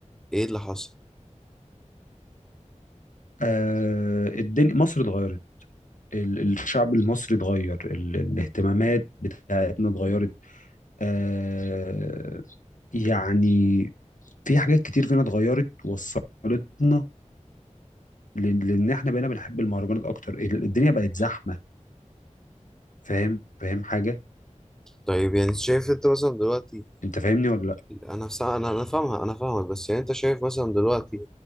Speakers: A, in the centre; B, on the left.
A: ايه اللي حصل
B: آه الدنيا مصر اتغيرت ال- الشعب المصري اتغير ال- الاهتمامات بتاعتنا اتغيرت آه يعني في حاجات كتير فينا اتغيرت وصلتنا ل- لان احنا بقينا بنحب المهرجانات اكتر ال- الدنيا بقت زحمه فاهم فاهم حاجه
A: طيب يعني شايف انت مثلا دلوقتي
B: انت فاهمني ولا لا
A: انا فسا... انا انا فاهمها انا فاهمك بس يعني انت شايف مثلا دلوقتي